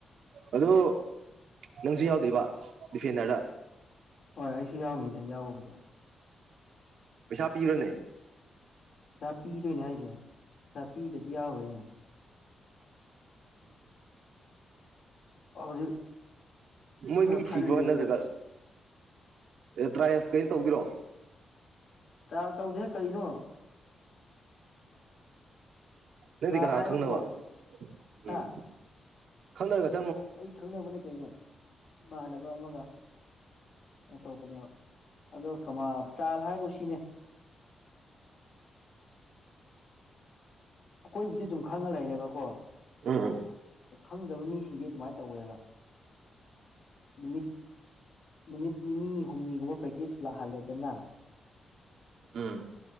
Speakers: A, on the right; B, on the left.
A: ꯑꯗꯨ ꯅꯪꯁꯨ ꯌꯥꯎꯗꯣꯏꯕ ꯗꯤꯐꯦꯟꯗꯔꯗ
B: ꯍꯣꯏ ꯑꯩꯁꯨ ꯌꯥꯎꯅꯤꯗ ꯌꯥꯎꯕꯕꯨꯗꯤ
A: ꯄꯩꯁꯥ ꯄꯤꯕ꯭ꯔꯅꯦ
B: ꯄꯩꯁꯥ ꯄꯤꯗꯣꯏꯅꯦ ꯍꯥꯏꯁꯦ ꯄꯩꯁꯥ ꯄꯤꯗꯗꯤ ꯌꯥꯎꯔꯣꯏꯅꯦ ꯍꯧꯖꯤꯛ
A: ꯃꯣꯏ
B: ꯈꯔ
A: ꯃꯤ
B: ꯈꯜꯂꯦ
A: ꯁꯤꯕ꯭ꯔꯣ ꯅꯠꯇ꯭ꯔꯒ
B: ꯑꯩꯁꯨ
A: ꯇ꯭ꯔꯥꯏꯌꯦꯁ ꯀꯩꯅꯣ ꯇꯧꯗꯔꯣ
B: ꯇ꯭ꯔꯥ ꯇꯧꯗꯦ ꯀꯔꯤꯅꯣ
A: ꯅꯪꯗꯤ
B: ꯇ꯭ꯔꯥꯏꯜ
A: ꯀꯅꯥꯅ
B: ꯍꯥꯏꯕꯕꯨ
A: ꯈꯪꯅꯕ
B: ꯍꯥ
A: ꯎꯝ ꯈꯪꯅꯔꯒꯠ
B: ꯑꯩ ꯈꯪꯅꯕꯅꯦ ꯀꯩꯅꯣ ꯏꯃꯅꯕ ꯑꯃꯒ ꯇꯧꯕꯅꯦꯕ ꯑꯗꯣ ꯀꯃ ꯄꯥꯜ ꯍꯥꯏꯕꯨ ꯁꯤꯅꯦ ꯑꯩꯈꯣꯏꯕꯨꯗꯤ ꯑꯗꯨꯝ ꯈꯪꯉ ꯂꯩꯔꯦꯕꯀꯣ
A: ꯎꯝ
B: ꯑꯗꯣ ꯈꯪꯗꯕ ꯃꯤꯁꯤꯡꯗꯤ ꯑꯗꯨꯃꯥꯏꯅ ꯇꯧꯋꯦꯕ ꯅꯨꯃꯤꯠ ꯅꯨꯃꯤꯠ ꯅꯤꯅꯤ ꯍꯨꯝꯅꯤꯒꯨꯝꯕ ꯄ꯭ꯔꯦꯛꯇꯤꯁ ꯂꯥꯛꯍꯜꯂꯦꯗꯅ
A: ꯎꯝ